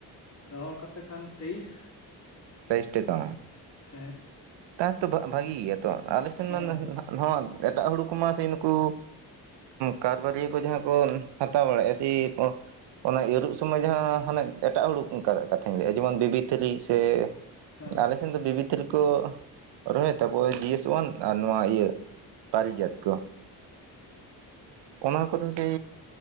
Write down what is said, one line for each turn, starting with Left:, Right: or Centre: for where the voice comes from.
Left: ᱨᱚᱦᱚᱲ ᱠᱟᱛᱮ ᱠᱷᱟᱱ ᱛᱮᱭᱤᱥ᱾
Right: ᱛᱮᱭᱤᱥ ᱴᱟᱠᱟ᱾
Left: ᱦᱮᱸ᱾
Right: ᱛᱟᱦᱮ ᱛᱚ ᱵᱷᱟ ᱵᱷᱟᱜᱤ ᱜᱮᱭᱟ ᱛᱚ, ᱟᱞᱮ ᱥᱮᱫ
Left: ᱦᱮᱸ
Right: ᱢᱟ ᱱᱟ ᱱᱟᱣᱟ ᱮᱴᱟᱜ ᱦᱩᱲᱩ ᱠᱚᱢᱟ ᱥᱮ ᱮᱱᱠᱩ ᱠᱟᱨᱵᱟᱹᱨᱤᱭᱟᱹ ᱠᱚ ᱡᱟᱦᱟᱸᱭ ᱠᱚ ᱦᱟᱛᱟᱣ ᱵᱟᱲᱟᱭᱼᱟ ᱥᱮ ᱚᱱᱟ ᱤᱨᱩᱜ ᱥᱚᱢᱚᱭ ᱡᱟᱦᱟᱸ ᱦᱟᱱᱮ ᱮᱴᱟᱜ ᱦᱩᱲᱩ ᱚᱱᱠᱟ ᱱᱟᱜ ᱠᱟᱛᱷᱟᱧ ᱞᱟᱹᱭᱼᱟ ᱡᱮᱢᱚᱱ ᱵᱤᱵᱤ ᱛᱷᱤᱨᱤ ᱥᱮ
Left: ᱦᱮᱸ
Right: ᱟᱞᱮ ᱥᱮᱱ ᱫᱚ ᱵᱤᱵᱤ ᱛᱷᱤᱨᱤ ᱠᱚ ᱨᱚᱦᱚᱭ <unintelligible> ᱛᱟᱨᱯᱚᱨ ᱡᱤ ᱮᱥ ᱚᱣᱟᱱ ᱟᱨ ᱱᱚᱣᱟ ᱯᱟᱹᱨᱤ ᱡᱟᱹᱛ ᱠᱚ, ᱚᱱᱟ ᱠᱚᱫᱚ ᱡᱮ